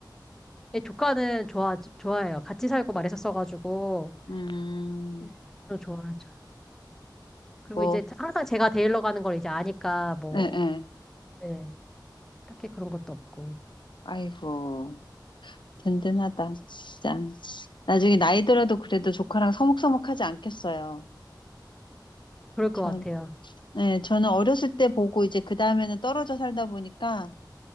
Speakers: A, in the centre; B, on the left.
A: 예, 조카는 좋아 좋아해요. 같이 살고 말했었어 가지고
B: 음.
A: 네, 또 좋아하죠. 그리고
B: 있고,
A: 이제 항상 제가 데일러 가는 걸 이제 아니까 뭐
B: 예 예.
A: 네, 딱히 그런 것도 없고
B: 아이고, 든든하다, 진짜. 나중에 나이 들어도 그래도 조카랑 서먹서먹하지 않겠어요.
A: 그럴 것
B: 전,
A: 같아요.
B: 네, 저는 어렸을 때 보고 이제 그 다음에는 떨어져 살다 보니까